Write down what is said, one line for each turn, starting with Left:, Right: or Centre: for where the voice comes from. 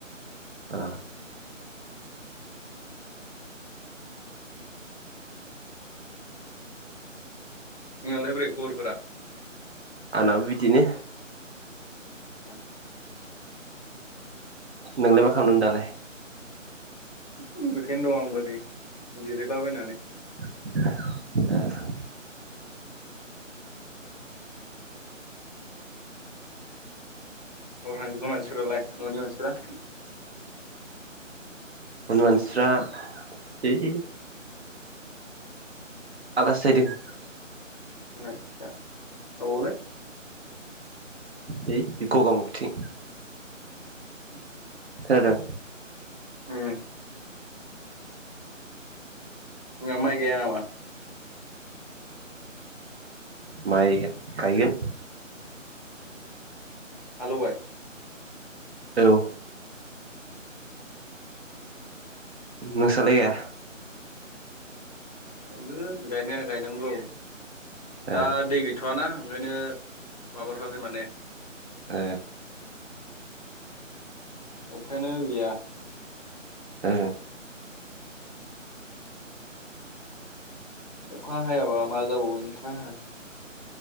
Right: अ
Left: नोंहालाय बोरै खबरफोरा
Right: आंनाबो बिदिनो
Left: ओ
Right: नोंलाय मा खालामदों दालाय?
Left: उम दं आंबो नै जिरायलाबायनानै
Right: <unintelligible>
Left: अबाव थांदों मानसिफोरा लाइ न'नि मानसिफोरा?
Right: न'नि मानसिफ्रा ओइ आलासि जाहैदों
Left: आदसा अबावलै
Right: ओइ गगामुग थिं
Left: <inaudible>
Right: खोनादों?
Left: उम नोंहा माइ गाया नामा?
Right: माइ गायो
Left: हालौबाय?
Right: औ
Left: उम
Right: नोंसालाय गाया?
Left: गायगोन गायनाया गायनांगौ दा
Right: ए
Left: दै गैथ'वाना ओंखायनो माबाथ'वाखै माने
Right: ओ
Left: अखायानो गैया
Right: ओ
Left: अखा हायाबा मा जाबावगोनथाय